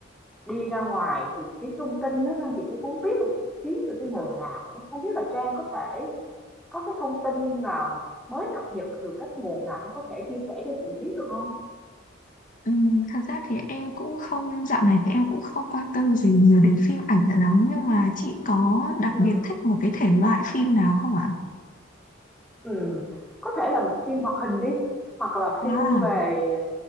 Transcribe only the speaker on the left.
ừm, thật ra thì em cũng không, dạo này thì em cũng không quan tâm gì nhiều đến phim ảnh lắm, nhưng mà chị có đặc
biệt thích một cái thể loại phim nào không ạ?
À,